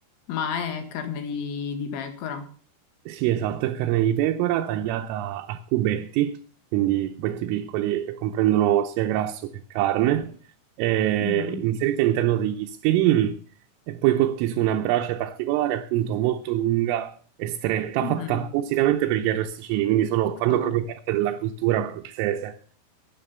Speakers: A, on the left; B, on the right.
A: Ma è carne di, di pecora?
B: Sì, esatto, è carne di pecora tagliata a cubetti, quindi cubetti piccoli che comprendono sia grasso che carne, e
A: Mhm.
B: inserita all'interno degli spiedini e poi cotti su una brace particolare, appunto molto lunga e stretta,
A: Mm.
B: fatta appositamente per gli arrosticini, quindi sono-
A: Ah,
B: fanno proprio parte della cultura abruzzese,